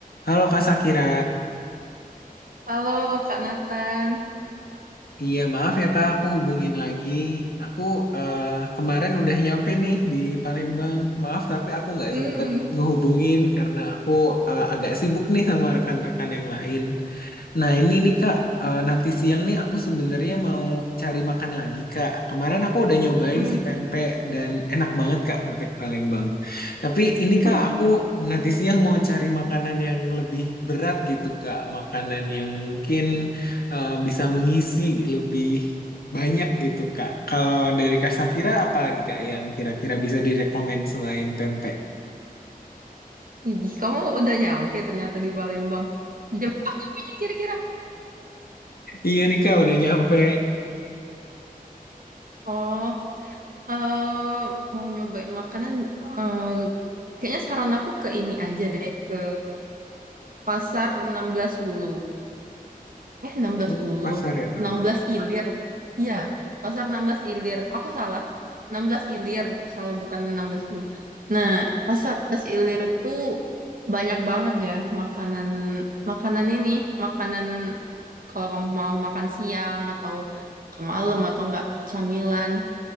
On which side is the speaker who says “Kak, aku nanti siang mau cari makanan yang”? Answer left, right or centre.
Left